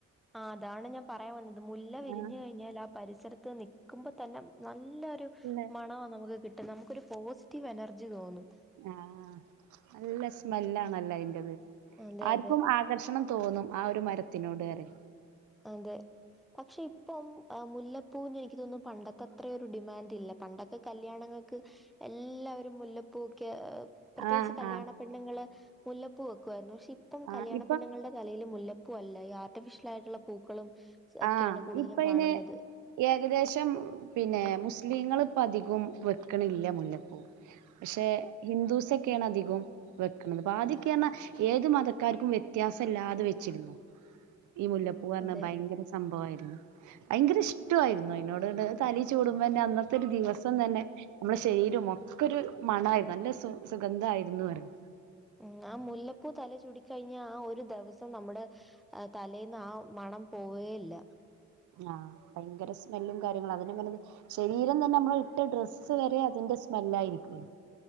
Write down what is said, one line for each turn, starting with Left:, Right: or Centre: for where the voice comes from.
Centre: ആഹ് അതാണ് ഞാൻ പറയാൻ വന്നത് മുല്ല വിരിഞ്ഞു
Right: ആ
Centre: കഴിഞ്ഞാൽ ആഹ് പരിസരത്ത് നിൽക്കുമ്പോ തന്നെ നല്ലരു
Right: നല്ല
Centre: മണമാ നമുക്ക് കിട്ടുന്നത് നമുക്ക് ഒരു പോസിറ്റീവ് എനർജി തോന്നും
Right: ആഹ് നല്ല സ്മെല്ലാണല്ലോ അതിന്റെത്
Centre: അതെ
Right: ആർക്കും
Centre: അതെ
Right: ആകർഷണം തോന്നും ആഹ് ഒരു മരത്തിനോട് ഏറെ
Centre: അതിന്റെ പക്ഷെ ഇപ്പം മുല്ലപ്പൂവിന് എനിക്ക് തോന്നും പണ്ടത്തെ അത്ര ഒരു ഡിമാൻഡ് ഇല്ല പണ്ടൊക്കെ കല്യാണങ്ങൾക്ക് എല്ലാവരും മുല്ലപ്പൂ ഒക്കെ പ്രത്യേകിച്ച്
Right: ആഹ്
Centre: കല്യാണ
Right: ആഹ്
Centre: പെണ്ണുങ്ങള് മുല്ലപ്പു വെക്കുമായിരുന്നു പക്ഷെ ഇപ്പം
Right: ആഹ്
Centre: കല്യാണ
Right: ഇപ്പൊ
Centre: പെണ്ണങ്ങളുടെ തലയിയില് മുല്ലപ്പ പൂ അല്ല ഈ ആർട്ടിഫിഷ്യൽ ആയിട്ടുള്ള പൂക്കളും ഒക്കെയാണ്
Right: ആഹ്
Centre: കൂടുതലും
Right: ഇപ്പ അയിന്
Centre: കാണുന്നത്
Right: ഏകദേശം പിന്നെ മുസ്ലിങ്ങൾ ഇപ്പം അധികം വെക്കുന്നില്ല മുല്ലപ്പൂ പക്ഷെ ഹിന്ദൂസ് ഒക്കെയാണ് അധികം വെക്കുന്നത് ആദ്യമൊക്കെ ആണേൽ ഏത് മതക്കാർക്കും വ്യത്യാസമില്ലാതെ വെച്ചിരുന്നു ഈ മുല്ലപ്പൂ പൂ പറഞ്ഞ
Centre: അതെ
Right: ഭയങ്കര സംഭവമായിരുന്നു ഭയങ്കര ഇഷ്ടമായിരുന്നു അതിനോട് തലെ ചൂടുമ്പോ തന്നെ അന്നത്തെ അന്നത്തെ ഒരു ദിവസം തന്നെ നമ്മുടെ ശരീരം ഒക്കെ ഒരു മണമായിരുന്നു നല്ല സുഗന്ധമായിരുന്നു പറയും
Centre: ഉം ആഹ് മുല്ലപ്പൂ തലയിൽ ചൂടി കഴിഞ്ഞാൽ ആഹ് ഒരു ദിവസം നമ്മുടെ തലേൽന്ന് ആഹ് മണം പോവുകയില്ല
Right: ആഹ് ഭയങ്കര സ്മെല്ലും കാര്യങ്ങളും അതിലും നല്ലത് ശരീരം തന്നെ നമ്മള് ഇട്ട ഡ്രസ്സ് വരെ അതിന്റെ സ്മെല്ലായിരിക്കും